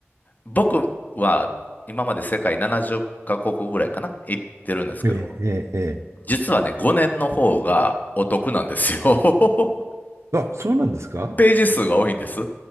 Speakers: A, on the left; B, on the right.
A: 僕は今まで世界70カ国ぐらいかな、行ってるんですけど、
B: ええ、ええ、え
A: 実はね、5年の方がお得なんですよ。<laughs>
B: え。あ、そうなんですか
A: ページ数が多いんです。